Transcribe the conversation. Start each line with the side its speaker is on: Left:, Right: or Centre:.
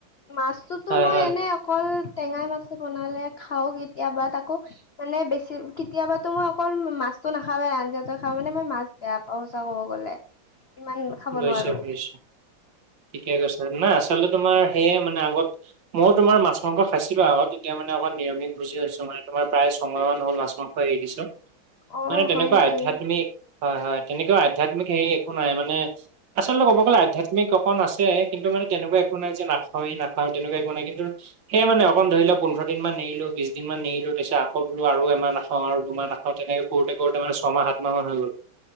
Left: মাছটোতো
Right: হয়,
Left: মই
Right: হয়,
Left: এনেই অকল টেঙাই মাছে বনালে খাওঁ কেতিয়াবা। তাকো মানে বেছি কেতিয়াবাতো মই অকল মাছটো নাখাওঁৱে আঞ্জাতো খাওঁ। মানে মই মাছ বেয়া পাওঁ সঁচা ক'ব গ'লে। ইমান খাব
Right: বুজিছোঁ-বুজিছোঁ।
Left: নোৱাৰো
Right: ঠিকে কৈছা, না আচলতে তোমাৰ সেয়ে মানে আগত মইও তোমাৰ মাছ, মাংস খাইছিলো আগত। এতিয়া মানে অকমান নিৰামিষ ভুজি হৈছোঁ মানে। তোমাৰ প্ৰায় ছয়মাহ মান হ'ল মাছ, মাংস খোৱা এৰি দিছো।
Left: অ
Right: মানে তেনেকুৱা
Left: হয় নেকি
Right: আধ্যাত্মিক হয়-হয়। তেনেকুৱা আধ্যাত্মিক হেৰি একো নাই মানে, আচলতে ক'ব গ'লে আধ্যাত্মিক অকণ আছে। কিন্তু মানে তেনেকুৱা একো নাই যে নাখাওৱেই নাখাওঁ তেনেকুৱা একো নাই। কিন্তু সেয় মানে অকপ ধৰি লোৱা, পোন্ধৰ দিনা মান সেই মানে অকণ ধৰি ল পোন্ধৰ দিন মান এৰিলো, বিছ দিন মান এৰিলো, তাৰপিছত আকৌ বোলো আৰু এমান নাখাওঁ আৰু দুমান নাখাওঁ। তেনেকে কৰোতে-কৰোতে মানে ছয়মাহ, সাতমাহ মান হৈ গ'ল।